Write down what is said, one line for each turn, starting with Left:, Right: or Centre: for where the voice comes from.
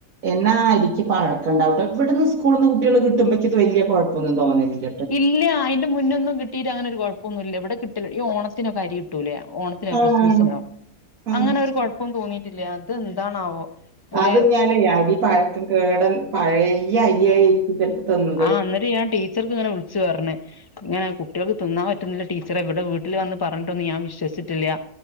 Right: എന്നാ ആ അരിക് പഴക്കണ്ടാവുട്ടോ ഇവിടുന്ന് സ്കൂൾ നിന്ന് കുട്ടികള് കിട്ടുമ്പോക്ക് ഇത് വലിയ കുഴപ്പൊന്നും തോന്നലില്ല.
Left: ഇല്ല അയിന്റെ മുന്നൊ ഒന്നും കിട്ടിട്ട് അങ്ങന ഒരു കുഴപ്പൊന്നുല്ല ഇവിടെ കിട്ടല്ല ഈ ഓണത്തിനൊക്ക അരി കിട്ടൂലേ ഓണ ത്തിനോ
Right: ആഹ്
Left: ക്രിസ്മസിനോ
Right: ആഹ്
Left: അങ്ങനെ ഒരു കുഴപ്പം തോന്നിയിട്ടില്ല അത് എന്താണാവോ? ഒരു
Right: അത് ഞാലേ അരി പഴക്കം കേടൻ പഴയ അരിയായിയിരിക്കും ചിലപ്പോ തന്നു
Left: ആഹ് എന്നേട്ട് ഞാ ടീച്ചർക്ക് ഇങ്ങനെ വിളിച്ചു പറഞ്ഞ് ഇങ്ങനെ കുട്ടികൾക്ക് തിന്നാൻ പറ്റുന്നില്ല ടീച്ചറെ ഇവിടെ വീട്ടിൽ വന്ന് പറഞ്ഞിട്ടൊന്ന് ഞാൻ വിശ്വസിച്ചട്ടില്ല